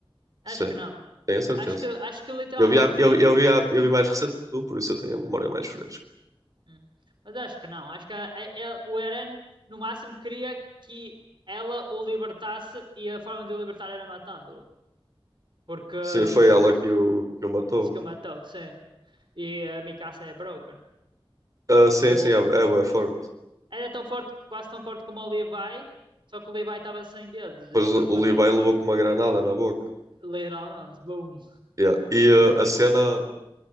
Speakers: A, on the right (about 60°); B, on the right (about 35°).
A: Acho
B: sim,
A: que não.
B: tenho a certeza.
A: Acho que, acho que literalmente
B: Eu vi, a-
A: foi.
B: eu, eu vi, a- eu vi mais recente que tu, por isso eu tenho a memória mais fresca.
A: Hum. Mas acho que não. Acho que a- a- a- o Eren, no máximo, queria que ela o libertasse e a forma de o libertar era matando-o. Porque. hum,
B: Sim, foi ela que o, que o matou.
A: se que o matou, sim. E a Mikasa é broken.
B: Ah, sim,
A: O,
B: sim, é, é, bué forte.
A: era tão forte, quase tão forte como o Levi, só que o Levi estava sem dedos
B: Depois
A: e todo
B: o
A: partido.
B: o Levi levou com uma granada na boca.
A: Literalmente, boom.
B: Yeah. E ah, a cena.